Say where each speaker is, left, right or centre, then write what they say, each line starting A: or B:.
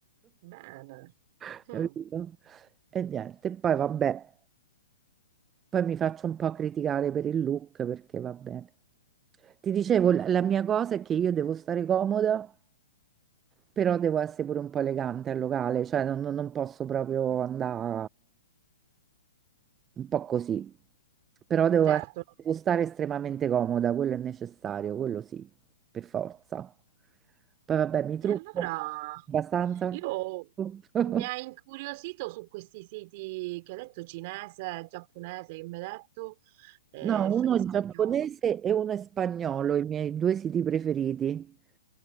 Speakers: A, on the right; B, on the right.
A: Bene,
B: <laughs>
A: Mm,
B: Capito? E niente, poi vabbè. Poi mi faccio un po' criticare per il look perché va bene. Ti dicevo, la la mia cosa è che io devo stare comoda però devo essere pure un po' elegante al locale, cioè non, non- non posso proprio andare un po' così, però devo,
A: certo.
B: essere- devo stare estremamente comoda, quello è necessario, quello sì, per forza. Poi vabbè, mi trucco
A: E allora
B: abbastanza.
A: io
B: <laughs>
A: mi ha incuriosito su questi siti che hai detto cinese, giapponese, che mi hai detto, e,
B: No,
A: f-
B: uno
A: e
B: è
A: spagnolo.
B: giapponese e uno è spagnolo, i miei due siti preferiti.